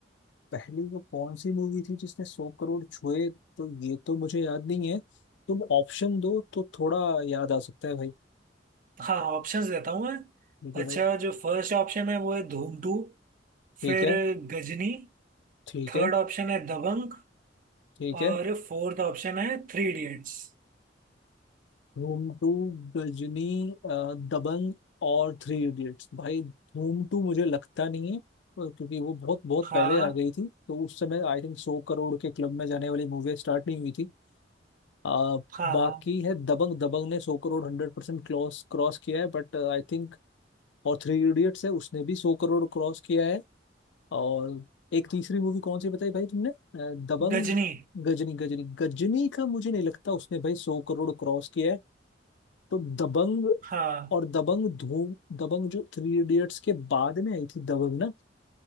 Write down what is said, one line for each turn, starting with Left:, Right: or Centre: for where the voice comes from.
Left: पहली वो कौन सी मूवी थी जिसने सौ करोड़ छुए तो ये तो मुझे याद नहीं है तुम ऑप्शन दो तो थोड़ा याद आ सकता है भाई
Right: हाँ ऑप्शंस देता हूँ मैं
Left: ठीक है
Right: अच्छा
Left: भाई
Right: जो फर्स्ट ऑप्शन है वो है धूम टू
Left: ठीक
Right: फिर
Left: है
Right: गजनी
Left: ठीक
Right: थर्ड
Left: है
Right: ऑप्शन है दबंग
Left: ठीक है
Right: और फोर्थ ऑप्शन है थ्री इडियट्स
Left: धूम टू गजनी अ, दबंग और थ्री इडियट्स भाई धूम टू मुझे लगता नहीं है अ, क्योंकि वो बहुत बहुत
Right: हाँ
Left: पहले आ गई थी तो उस समय आई थिंक सौ करोड़ के क्लब में जाने वाली मूवी स्टार्ट नहीं हुई थी अ,
Right: हाँ
Left: बाकी
Right: हाँ
Left: है दबंग दबंग ने सौ crore hundred percent cross cross किया है बट आई थिंक और थ्री इडियट्स है उसने भी सौ करोड़ क्रॉस किया है और एक तीसरी मूवी कौन सी बताई भाई तुमने अ, दबंग
Right: गजनी
Left: गजनी गजनी गजनी का मुझे नहीं लगता उसने भाई सौ करोड़ क्रॉस किया है तो दबंग
Right: हाँ
Left: और दबंग धूम दबंग जो थ्री इडियट्स के बाद में आई थी दबंग ना